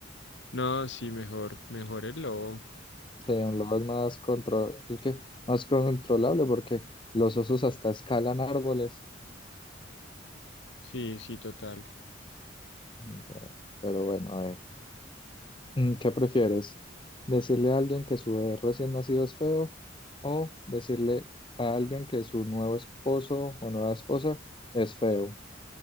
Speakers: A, on the left; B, on the left.
A: no, sí, mejor, mejor el lobo.
B: Sí, un lobo es más, contro- es que más controlable porque los osos hasta escalan árboles.
A: Sí, sí, total.
B: Sí, pero bueno, a ver, Mm, ¿qué prefieres? ¿Decirle a alguien que su bebé recién nacido es feo o decirle a alguien que su nuevo esposo o nueva esposa es feo?